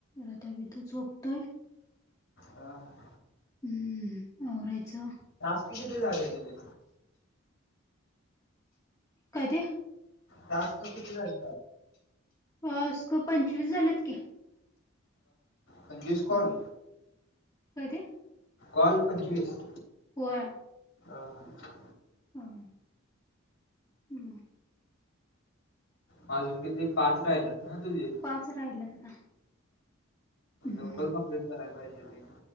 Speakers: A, on the left; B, on the left.
A: आता मी हित झोपतोय.
B: ह हा.
A: हम्म आवरायचं.
B: टास्क किती झाले तुझे?
A: काय ते
B: टास्क किती झाले?
A: आसक पंचवीस झाल्यात की.
B: पंचवीस
A: हम्म
B: कॉल?
A: काय ते?
B: कॉल पंचवीस?
A: होय.
B: हा, हा.
A: ह. हम्म.
B: मग अजून किती पाच राहिल्यात ना तुझे?
A: पाच राहिल्यात आता हम्म
B: लवकर कंप्लीट करायला पाहिजे ते?